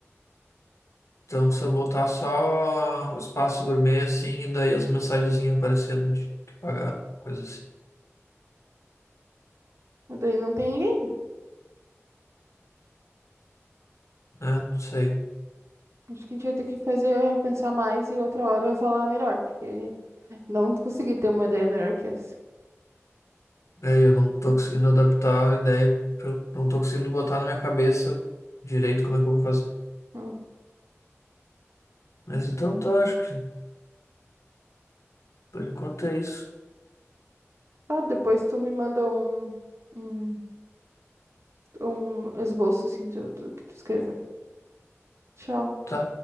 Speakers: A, on the left; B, on the right.
A: Então, se eu botar só o espaço gourmet, assim, e daí as mensagenzinhas aparecendo de que pagar, coisa assim,
B: Mas Daí não tem ninguém. né?
A: né? Não sei.
B: Acho que a gente vai ter que fazer, pensar mais e outra hora eu falar melhor, porque não consegui ter uma ideia melhor que essa.
A: É, eu não tô conseguindo adaptar a ideia, eu não tô conseguindo botar na minha cabeça direito como é que eu vou fazer.
B: Hum.
A: Mas então tá, acho que por enquanto é isso.
B: Ah, depois tu me manda um, um, um esboço assim do, do que tu escreveu. Tchau.
A: Tá?